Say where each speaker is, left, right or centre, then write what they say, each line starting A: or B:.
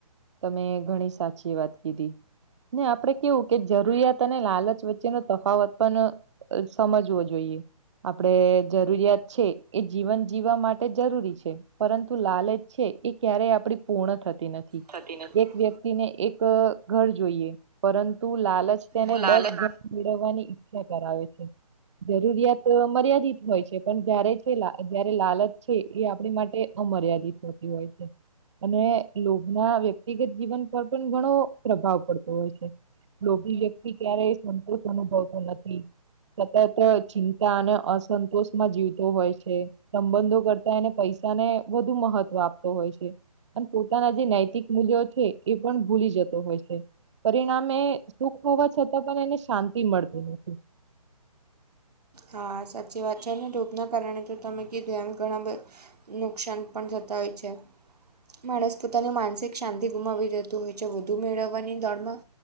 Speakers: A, on the right; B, on the right.
A: તમે ઘણી સાચી વાત કીધી ને આપણેે કેવું કે જરૂરિયાત અને લાલચ વચ્ચેનો તફાવત પણ સમજવો જોઈએ. આપડે જરૂરિયાત છે. એ જીવન જીવવા માટે જરૂરી છે. પરંતુ લાલચ છે, એ ક્યારેય આપડી પૂર્ણ થતી ન થી
B: થતી નથી
A: એક વ્યક્તિને એક ઘર જોઈએ. પરંતુ લાલ તેને
B: હું લાલચ
A: દસ ઘર મેળવવાની ઈચ્છા કરાવે છે. જરૂરિયાત મર્યાદિત હોય છે. પણ જ્યારે છે જ્યારે લાલચ છે એ આપણી માટે અ મર્યાદીત હતી હોય છે. અને લોભમાં વ્યક્તિગત જીવન પર પણ ઘણો પ્રભાવ પડતો હોય છે. લોભી વ્યક્તિ ક્યારેય સંતોષ અનુભવતો નથી. સતત ચિંતા અને અસંતોષમાં જીવતો હોય છે. સંબંધો કરતા એને પૈસાને વધુ મહત્વ આપતો હોય છે. પણ પોતાના જે નૈતિક મૂલ્યો છે. એ પણ ભૂલી જતો હોય છે. પરિણામે સુખ હોવા છતાં પણ એને શાંતિ મળતી નથી.
B: હા સાચી વાત છે. અને ધૂપના કારણે તો તમે કીધું એમ ઘણાં બ નુકસાન પણ થતા હોય છે. માણસ પોતાની માનસિક શાંતિ ગુમાવી દેતું હોય છે વધુ મેળવવાની દોડમાં.